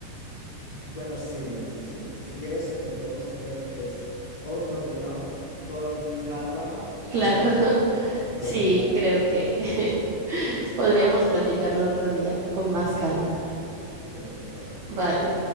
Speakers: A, on the left; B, on the right.
A: Bueno, sí, sí, sí. Si quieres, lo que podemos hacer es otro día, con calma, nos
B: Claro,
A: tomamos
B: <laughs>
A: un café y podemos
B: sí,
A: hablar
B: creo
A: del tema.
B: que <laughs> podríamos platicarlo otro día con más calma.
A: Perfecto.
B: Vale.